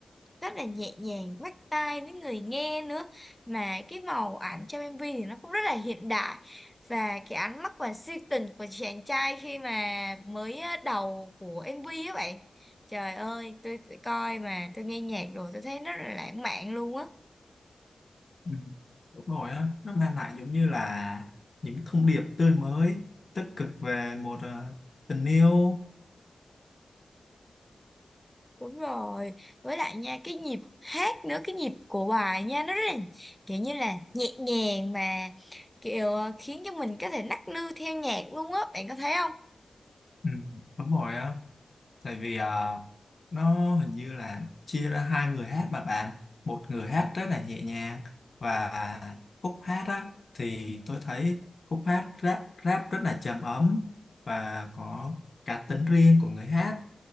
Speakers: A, in the centre; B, on the left (about 45°).
A: rất là nhẹ nhàng bắt tai với người nghe nữa mà cái màu ảnh trong MV thì nó cũng rất là hiện đại và cái ánh mắt và si tình của chàng trai khi mà mới á, đầu của MV á bạn trời ơi tôi, tôi coi mà tôi nghe nhạc rồi tôi thấy rất là lãng mạn luôn á
B: Ừ, Đúng rồi á, nó mang lại giống như là những thông điệp tươi mới, tích cực về một ờ, tình yêu.
A: Đúng rồi, với lại nha cái nhịp hát nữa, cái nhịp của bài nha nó rất là kiểu như là nhẹ nhàng mà kiểu ờ, khiến cho mình có thể nắc nư theo nhạc luôn á, bạn có thấy không?
B: Ừ, đúng rồi á, tại vì ờ, nó hình như là chia ra hai người hát mà bạn, một người hát rất là nhẹ nhàng và khúc hát á thì tôi thấy khúc hát rap rap rất là trầm ấm và có cá tính riêng của người hát.